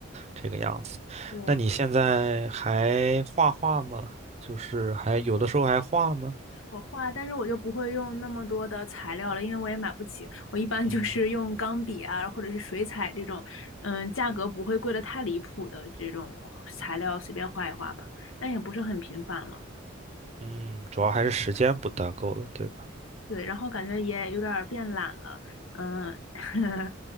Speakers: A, on the right; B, on the left.
A: 这个样子。
B: 对，
A: 那你现在还画画吗？就是还有的时候还画吗？
B: 我我画，但是我就不会用那么多的材料了，因为我也买不起。我一般就是用钢笔啊，
A: 嗯
B: 或者是水彩这种，嗯，价格不会贵的太离谱的这种材料随便画一画吧，但也不是很频繁了。
A: 嗯，主要还是时间不大够了，对吧？
B: 对，然后感觉也有点儿变懒了，嗯，<laughs>